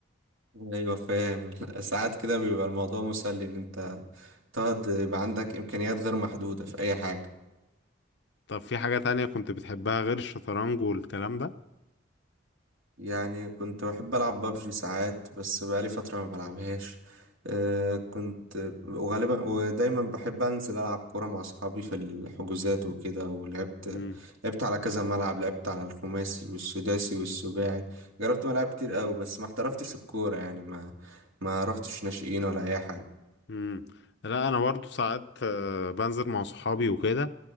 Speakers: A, on the right; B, on the left.
A: ايوه فاهم <laughs> ساعات كده بيبقى الموضوع مسلي ان انت تقعد يبقى عندك امكانيات غير محدودة في اي حاجة
B: طب في حاجة تانية كنت بتحبها غير الشطرنج والكلام ده؟
A: يعني كنت بحب ألعب بابجي ساعات بس بقالي فترة ما بلعبهاش أه كنت وغالبا ودايما بحب أنزل ألعب كورة مع أصحابي في الحجوزات وكده ولعبت
B: مم.
A: لعبت على كذا ملعب لعبت على الخماسي والسداسي والسباعي جربت ملاعب كتير أوي بس ما احترفتش الكورة يعني ما ما رحتش ناشئين ولا أي حاجة
B: مم. لا انا برضو ساعات آه، بنزل مع صحابي وكده